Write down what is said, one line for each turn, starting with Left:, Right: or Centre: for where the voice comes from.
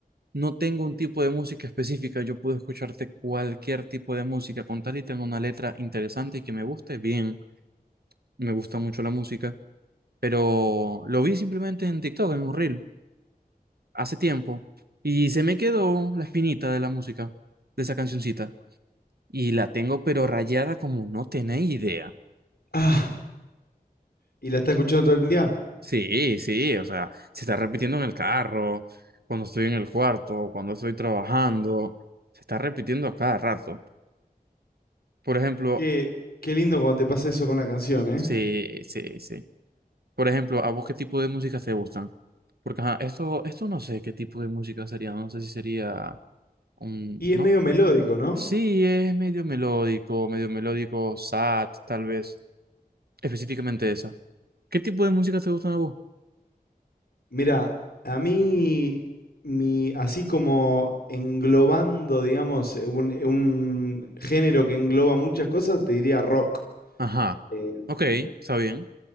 Right: no tengo un tipo de música específica, yo puedo escucharte cualquier tipo de música, con tal y tenga una letra interesante y que me guste, bien, me gusta mucho la música, pero lo vi simplemente en TikTok, en un reel, hace tiempo, y se me quedó la espinita de la música, de esa cancioncita, y la tengo pero rayada como no tenéis idea.
Left: Ah, ¿y la estás escuchando todo el día?
Right: Sí, sí, o sea, se está repitiendo en el carro, cuando estoy en el cuarto, cuando estoy trabajando, se está repitiendo a cada rato. Por ejemplo,
Left: Qué, qué lindo cuando te pasa eso con una canción, ¿eh?
Right: sí, sí, sí. Por ejemplo, ¿a vos qué tipo de música te gustan? Porque ajá, esto, esto no sé qué tipo de música sería, no sé si sería un,
Left: Y
Right: no,
Left: es medio melódico, ¿no?
Right: sí, es medio melódico, medio melódico, sad, tal vez, específicamente esa. ¿Qué tipo de música te gustan a vos?
Left: Mira, a mí, mi, así como englobando, digamos, eh, un, eh, un género que engloba muchas cosas, te diría rock.
Right: Ajá,
Left: Em,
Right: ok, está bien.